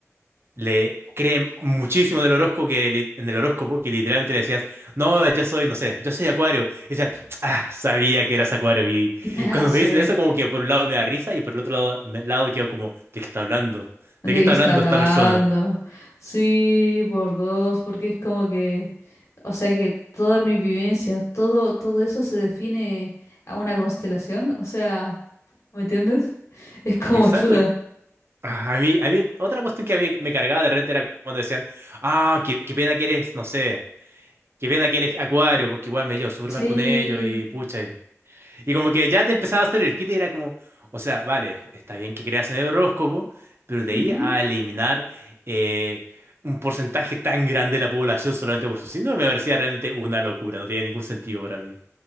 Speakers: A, on the right; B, on the left.
A: le creen muchísimo del horóscopo que li- en el horóscopo que literalmente le decías, no, yo soy, no sé, yo soy Acuario. Y decían, ah, sabía que eras Acuario. Y
B: ya
A: cuando
B: sé
A: me dicen eso, como que por un lado me da risa y por el otro lado, me- lado quedo como, ¿de qué está hablando?
B: de
A: ¿De qué está
B: qué está
A: hablando
B: hablando.
A: esta persona?
B: Sí, por dos, porque es como que, o sea que toda mi vivencia, todo, todo eso se define a una constelación, o sea, ¿me entiendes? Es como
A: Exacto.
B: chuda.
A: yo- ah, A mí, a mí, otra cuestión que a mí me cargaba de repente era cuando decían, ah, qué, qué pena que eres, no sé, qué pena que eres Acuario, porque igual me llevo súper
B: Sí.
A: mal con ellos y pucha, Y como que ya te empezaba a hacer el kit y era como, o sea, vale, está bien que creas en el horóscopo, pero de
B: ujú.
A: ahí a eliminar eh, un porcentaje tan grande de la población solamente por su síndrome me parecía realmente una locura, no tenía ningún sentido para mí.